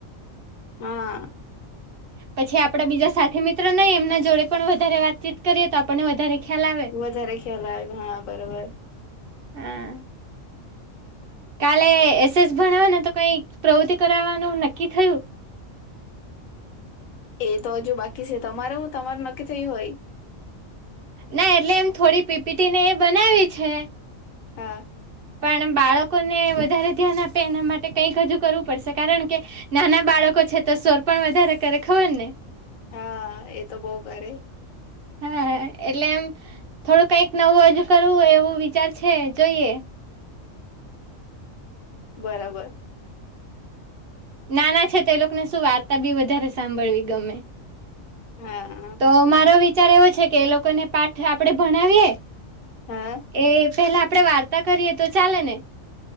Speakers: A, on the left; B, on the right.
A: હા
B: પછી આપડા બીજા સાથે મિત્રો નહી એમના જોડે પણ વધારે વાતચીત કરીએ તો આપણને વધારે ખ્યાલ આવે
A: વધારે ખ્યાલ આવે હા બરોબર.
B: હમ કાલે એસએસ ભણાવ ને તો કઈ પ્રવૃતિ કરાવવાનું નક્કી થયું.
A: એ તો હજુ બાકી છે તમારું તમારું નક્કી થયું હોય.
B: ના એટલે એમ થોડી પીપીટી ને એ બનાવી છે.
A: હા
B: પણ બાળકોને વધારે ધ્યાન આપે એના માટે કંઈક હજુ કરવું પડશે કારણ કે નાના બાળકો છે તો સ્વર પણ વધારે કરે ખબર ને
A: હા એ તો બહ કરે
B: હા એટલે એમ થોડું કઈક નવું હજુ કરવું હોય એવું વિચાર છે જોઈએ
A: બરાબર
B: નાના છે તે એ લોકોને શું વાર્તા બી વધારે સાંભળવી ગમે
A: હા
B: તો મારો વિચાર એવો છે કે એ લોકોને પાઠ આપડે ભણાવીએ
A: હા
B: એ પેલા આપડે વાર્તા કરીએ તો ચાલે ને.